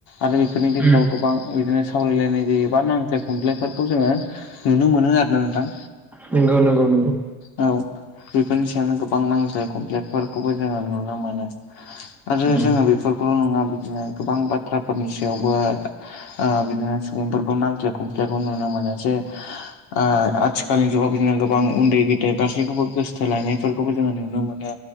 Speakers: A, on the left; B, in the centre.
A: आरो बेफोरनि गेजेराव
B: उम
A: गोबां बिदिनो सावरायलायनाय जायोबा नांज्लाय खमज्लायफोरखौ जोङो नुनो मोनो आरो नोंथां।
B: नोंगौ नंगौ नंगौ
A: औ बेफोरनि सायावनो गोबां नांज्लाय खमज्लायफोरखौबो जोङो नुनो मोनो आरो
B: उम उम
A: जोङो बेफोरखौ ल' नङा बिदिनो गोबां बाथ्राफोरनि सायावबो ओ बिदिनो सुबुंफोरखौ नांज्लाय खमज्लाय खौ नुनो मोनो जे ओ आथिखालनि जुगाव बिदिनो गोबां उन्दै गेदेर गासैखौबो गोसो थोलायनायफोरखौबो जोङो नुनो मोनो